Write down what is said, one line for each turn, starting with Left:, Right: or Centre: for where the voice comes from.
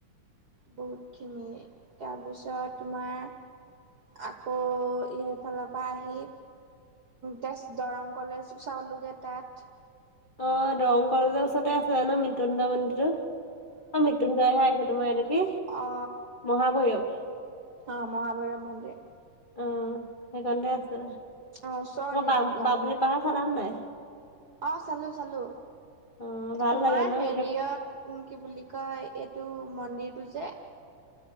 Right: বহুতখিনি তাৰপিছত তোমাৰ। আকৌ এইফালৰ পৰা আহি। তেজ দৰং কলেজ চাওলোগে তাত।
Left: অ দৰং কলেজৰ ওচৰতে আছিলে ন মৃত্যুঞ্জয় মন্দিৰতো। অ মৃত্যুঞ্জয়হে আহিছে তোমাৰ ইটো কি
Right: অ
Left: মহাভৈয়ৱ।
Right: অ মহাভৈৰৱ মন্দিৰ।
Left: উম সেইকণতে আছে
Right: অ ওচৰতে
Left: আকৌ বাম
Right: দুইটা
Left: বামুনী
Right: অকমান
Left: পাহাৰ চালা নে নাই।
Right: অ চালো চালো
Left: অ ভাল
Right: তোমাৰ
Left: লাগে ন
Right: হেৰিয়ত।
Left: গোটেই
Right: উম কি বুলি কয় এইটো মন্দিৰটো যে।